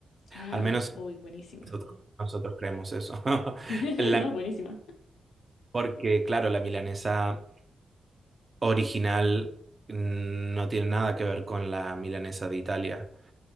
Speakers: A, on the left; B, on the right.
A: Ah,
B: Al menos
A: uy, buenísima.
B: nosotros, nosotros creemos eso. <laughs>
A: <laughs>
B: La,
A: No,
B: mila-
A: es buenísima.
B: porque, claro, la milanesa original mm, no tiene nada que ver con la milanesa de Italia.